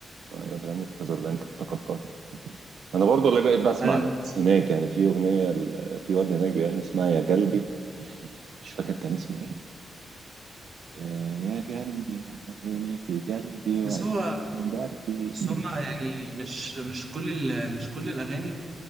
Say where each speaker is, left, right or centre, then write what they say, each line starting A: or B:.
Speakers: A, on the right; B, on the right.
A: ايوه اتغنت في كازابلانكا افتكرتها انا برضو اللي بقيت بسمع
B: انا
A: الناس هناك يعني في اغنيه ل- في واد هناك بيغني اسمها يا قلبي مش فاكر كان اسمه ايه آه، يا قلبي مرهوني في قلبي
B: بس
A: وعيش
B: هو
A: من دربي
B: بس
A: دي
B: هما يعني مش مش كل ال... مش كل الاغاني